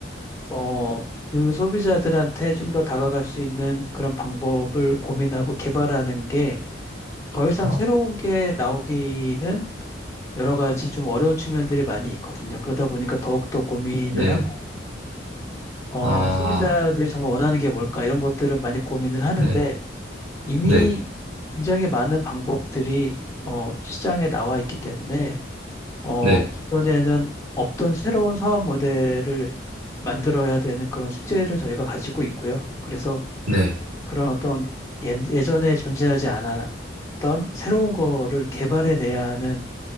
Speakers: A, on the left; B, on the right.
A: 어, 그 소비자들한테 좀 더 다가갈 수 있는 그런 방법을 고민하고 개발하는 게 더 이상
B: 아,
A: 새로운 게 나오기는 여러 가지 좀 어려운 측면들이 많이 있거든요. 그러다 보니까 더욱더 고민을
B: 네,
A: 하고, 어,
B: 아,
A: 소비자들이 정말 원하는 게 뭘까 이런 것들을 많이 고민을 하는데
B: 네,
A: 이미
B: 네,
A: 굉장히 많은 방법들이 어, 시장에 나와 있기 때문에 어,
B: 네,
A: 기존에는 없던 새로운 사업 모델을 만들어야 되는 그런 숙제를 저희가 가지고 있고요. 그래서
B: 네,
A: 그런 어떤 예- 예전에 존재하지 않았던 새로운 거를 개발해내야 하는